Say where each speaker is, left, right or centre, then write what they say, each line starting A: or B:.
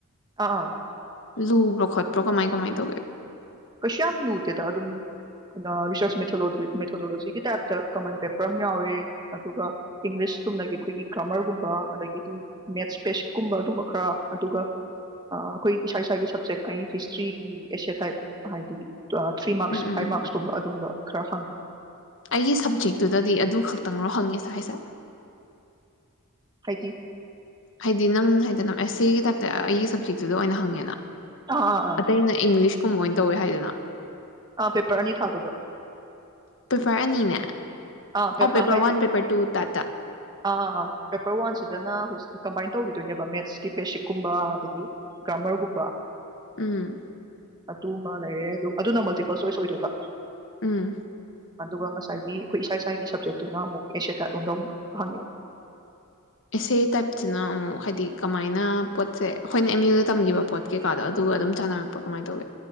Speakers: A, on the right (about 20°); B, on the left (about 60°).
A: ꯑꯥ ꯑꯥ
B: ꯂꯨ꯭ꯕꯔꯈꯠ ꯑ꯭ꯔꯣ ꯀꯃꯥꯏ ꯀꯃꯥꯏꯅ ꯇꯧꯒꯦ
A: ꯀꯩꯁꯨ ꯌꯥꯝ ꯂꯨꯗꯦꯗ ꯑꯗꯨꯝ ꯔꯤꯁꯔꯁꯦ ꯃꯦꯊꯣꯗꯣꯂꯣꯖꯤꯒꯤ ꯇꯥꯏꯞꯇ ꯀꯃꯟ ꯄꯦꯄꯔ ꯑꯃ ꯌꯥꯎꯔꯦ ꯑꯗꯨꯒ ꯏꯪꯂꯤꯁ ꯆꯨꯝꯅꯒꯤ ꯑꯩꯈꯣꯏꯒꯤ ꯒ꯭ꯔꯥꯃꯔꯒꯨꯝꯕ ꯑꯗꯒꯤꯗꯤ ꯃꯦꯠꯁ ꯄꯦꯁꯤꯛꯀꯨꯝꯕ ꯑꯗꯨꯝꯕ ꯈꯔ ꯑꯗꯨꯒ ꯑꯩꯈꯣꯏ ꯏꯁꯥ ꯏꯁꯥꯒꯤ ꯁꯕꯖꯦꯛ ꯑꯩ ꯍꯤꯁꯇ꯭ꯔꯤꯒꯤ ꯑꯦꯁꯦ ꯇꯥꯏꯞ ꯍꯥꯗꯤ ꯊ꯭ꯔꯤ ꯃꯥꯔꯛꯁ
B: ꯎꯝ ꯎꯝ
A: ꯐꯥꯏꯚ
B: ꯎꯝ
A: ꯃꯥꯔꯛꯁꯀꯨꯝꯕ ꯑꯗꯨꯝꯕ ꯈ꯭ꯔ ꯍꯪ
B: ꯑꯩꯒꯤ ꯁꯞꯖꯦꯛꯇꯨꯗꯗꯤ ꯑꯗꯨ ꯈꯛꯇꯪꯔꯣ ꯍꯪꯉꯁꯦ ꯍꯥꯏꯁꯦ
A: ꯍꯥꯏꯗꯤ
B: ꯍꯥꯏꯗꯤ ꯅꯪ ꯍꯥꯏꯗꯅ ꯑꯦꯁ ꯑꯦꯒꯤ ꯇꯥꯏꯞꯇ ꯑꯩꯒꯤ ꯁꯞꯖꯦꯛꯇꯨꯗ ꯑꯣꯏꯅ ꯍꯪꯉꯦꯅ
A: ꯑꯥ ꯑꯥ ꯑꯥ
B: ꯑꯇꯩ ꯑꯩꯅ ꯏꯪꯂꯤꯁꯀꯨꯝꯕ ꯑꯣꯏꯅ ꯇꯧꯋꯦ ꯍꯥꯏꯗꯅ
A: ꯑꯥ ꯄꯦꯄꯔ ꯑꯅꯤ ꯊꯥꯗꯕ
B: ꯄꯦꯄꯔ ꯑꯅꯤꯅꯦ
A: ꯑꯥ
B: ꯑꯣ ꯄꯦꯄꯔ
A: ꯍꯥꯏꯗꯤ
B: ꯋꯥꯟ ꯄꯦꯄꯔ ꯇꯨ ꯇꯥꯏꯞꯇ
A: ꯑꯥꯥꯥ ꯄꯦꯄꯔ ꯋꯥꯟꯁꯤꯗꯅꯍꯧꯖꯤꯛ ꯀꯝꯕꯥꯏꯟ ꯇꯧꯈꯤꯗꯣꯏꯅꯦꯕ ꯃꯦꯠꯁꯀꯤ ꯕꯦꯁꯤꯛꯀꯨꯝꯕ ꯑꯗꯒꯤ ꯒ꯭ꯔꯥꯃꯔꯒꯨꯝꯕ
B: ꯎꯝ
A: ꯇꯨ ꯑꯃ ꯂꯩꯔꯦ ꯑꯗꯨ ꯑꯗꯨꯅ ꯃꯜꯇꯤꯄꯜ ꯆꯣꯏꯁ ꯑꯣꯏꯗꯣꯏꯕ
B: ꯎꯝ
A: ꯃꯗꯨꯒ ꯉꯁꯥꯏꯒꯤ ꯑꯩꯈꯣꯏ ꯏꯁꯥ ꯏꯁꯥꯒꯤ ꯁꯞꯖꯦꯛꯇꯨꯅ ꯑꯃꯨꯛ ꯑꯦꯁ ꯇꯥꯏꯠꯂꯣꯝꯗ ꯑꯃꯨꯛ ꯍꯪꯉꯦ
B: ꯏꯁꯩ ꯇꯥꯏꯞꯁꯤꯅ ꯑꯃꯨꯛ ꯍꯥꯏꯗꯤ ꯀꯃꯥꯏꯅ ꯄꯣꯠꯁꯦ ꯑꯩꯈꯣꯏꯅ ꯑꯦꯝ ꯌꯨꯗ ꯇꯝꯈꯤꯕ ꯄꯣꯠ ꯀꯩꯀꯥꯗꯣ ꯑꯗꯨꯒ ꯑꯗꯨꯝ ꯆꯥꯟꯅꯔꯛꯄ ꯀꯃꯥꯏꯅ ꯇꯧꯒꯦ